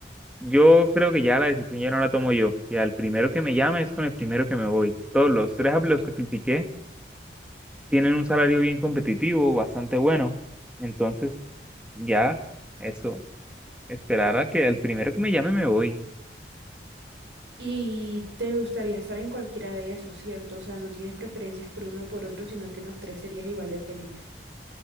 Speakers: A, in the centre; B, on the right.
A: yo creo que ya la decisión ya no la tomo yo. O sea, el primero que me llame es con el primero que me voy. Todos los tres a los que critiqué tienen un salario bien competitivo, bastante bueno. Entonces, ya, eso, esperar a que el primero que me llame me voy.
B: Y te gustaría estar en cualquiera de esos, ¿cierto? O sea, no tienes preferencias por uno o por otro, sino que en los tres serías igual de feliz.